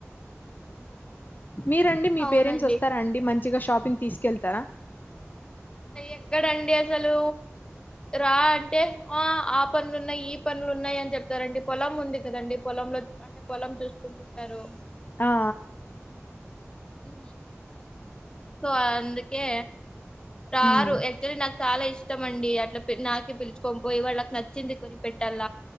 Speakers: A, on the left (about 40°); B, on the left (about 20°).
A: మీరండి మీ
B: అవునండి
A: పేరెంట్స్ వస్తారా అండి మంచి మచ్చగా షాపింగ్ తీసుకెళ్తారా
B: ఎక్కడండి అసలు రా అంటే ఆ ఆ పనులున్నాయి ఈ పనులు ఉన్నాయి అని చెప్తారండి పొలం ఉంది కదండి పొలంలో అంటే పొలం చూసుకుంటుంటారు
A: ఆ ఆ.
B: ఉ సో అందుకే రారు
A: హ్మ్
B: ఎంత నా చాలా ఇష్టం అండి అట్లా నాకే పిలుచుకని పోయయి వాళ్ళకి నచ్చింది కొని పెట్టాల